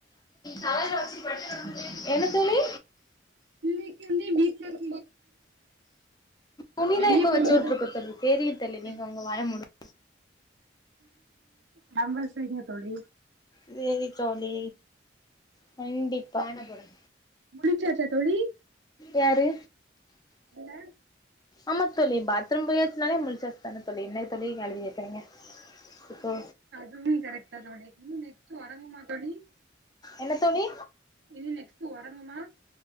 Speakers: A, on the left; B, on the right.
A: தலைல வச்சிட்டு படுத்து உறங்கு என்ன தோழி
B: பிள்ளைக்கு வந்து வீட்ல இருக்
A: துணிதா
B: வெளிய
A: இப்ப
B: போகும்போது
A: வச்சு விட்டுருக்கு தோழி தெரியும் தோழி நீங்க
B: வெ-
A: உங்க வாய மூடுங்
B: பாம்பெர்ஸ் வைங்க தோழி
A: செரி தோழி கண்டிப்பா ஃபான் போடு
B: முழிச்சாச்சா தோழி
A: யாரு
B: என்ன
A: ஆமா தோழி பாத்ரூம் போயாச்சனாலே முழிச்சாச்ச தான தோழி என்ன தோழி கேள்வி கேக்குறீங்க இப்போ
B: அதுவும் கரெக்ட் தா தோழி இன்னு நெக்ஸ்ட ஓரங்கமா தோழி
A: என்ன தோழி
B: இனி நெக்ஸ்ட்ட் உரங்கமா